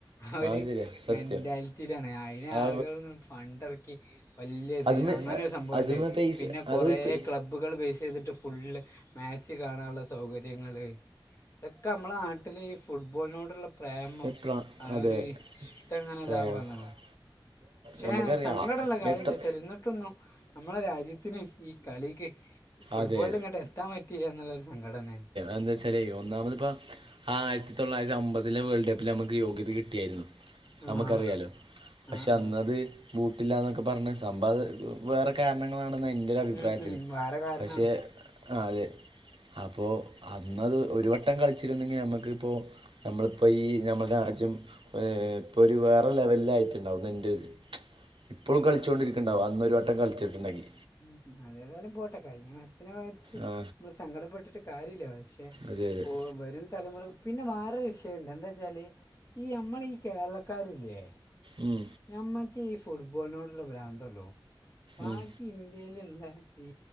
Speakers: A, on the left; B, on the right.
A: ആ ഒരു
B: അത് ശരിയാ സത്യം
A: മെന്റാലിറ്റിയിലാണ് അയിെന്
B: ആ
A: ആളുകൾ ഇങ്ങനെ ഫണ്ട്ഇറക്കി വലിയത്
B: അതിമ
A: അങ്ങനെ ഒരു സംഭവംുണ്ട്
B: അതിമ പൈസ
A: പിന്നെ കുറേ
B: അതുപോലെ പൈ
A: ക്ലബ്ബ് ഉപ്പുകൾ ബേസ് തിട്ട് ഫുള്ള് മാച്ച് കാണാനുള്ള സൗകര്യങ്ങൾ ഇതൊക്കെ നമ്മള നാട്ടിൽ ഈ ഫുട്ബോളിനോടുള്ള പ്രേമം
B: ഏ, പ്ര
A: അ
B: അതെ
A: ഒരു ഇഷ്ടം ങ്ങനെ
B: പ്രേ
A: ഇതാാവുന്ന
B: ഇപ്പ
A: പക്ഷേ
B: നമുക്കറിയാം
A: സങ്കട ള്ള കാര്യം
B: എത്ര
A: എന്താ വച്ചാൽ എന്നിട്ടൊന്നു നമ്മളെ രാജ്യത്തിന് ഈ കളിക്ക് ഫുട്ബോളിൽ
B: അതെ
A: ഇങ്ങട്ട് എത്താൻ പറ്റില്ല എന്നുള്ളൊരു സംഘടനാണ്
B: അന്താ വെച്ചാൽ ഒന്നാമത് ഇപ്പം ആയിരത്തി തൊള്ളായിരത്തി അമ്പതിലെ വേൾഡ് കപ്പില് നമുക്ക് യോഗ്യത കിട്ടിയായിരുന്നു നമുക്കറിയാലോ
A: ആഹ്
B: പക്ഷെ
A: ആഹ്
B: അന്നത്
A: ആഹ്
B: ബൂട്ടില്ലന്നൊക്കെ പറഞ്ഞ് സമ്പത് വേറെ കാരണങ്ങളാണെന്ന എൻ്റെ ഒര് അഭിപ്രായത്തില്
A: ഉം ഉം വേറെ കാരണാണ്
B: പക്ഷേ അത് അപ്പോ അന്നത് ഒരു വട്ടം കളിച്ചിരുന്നെങ്കി നമ്മക്ക് ഇപ്പോ നമ്മളിപ്പോ ഈ നമ്മടെ രാജ്യം ഏഹ് ഇപ്പൊ ഒര് വേറെ ലെവലിലായിട്ടുണ്ടാവും എന്റെ ഒര് ഇപ്പോളും കളിച്ചോണ്ടിരിക്കണ്ടാവും അന്നോരു വട്ടം കളിച്ചിട്ടൊണ്ടെങ്കി
A: ഉം അതേതായാലും പോട്ടെ കഴിഞ്ഞ കാര്യത്തിനെ വച്ച്
B: ആ
A: നമ്മള് സങ്കടപ്പെട്ടിട്ട് കാര്യമില്ല പക്ഷേ പക്ഷെ
B: അതെ അതെ
A: പോ വരും തലമുറ പിന്നെ വേറൊരു വിഷയം ഉണ്ട് എന്താ വച്ചാല് ഈ നമ്മളീ കേരളക്കാരില്ലേ
B: ഉം
A: ഞമ്മക്ക് ഈ ഫുട്ബോളിനോടുള്ള ഭ്രാന്തൊള്ളൂ ബാക്കി
B: ഉം
A: ഇന്ത്യയിലുള്ള ഈ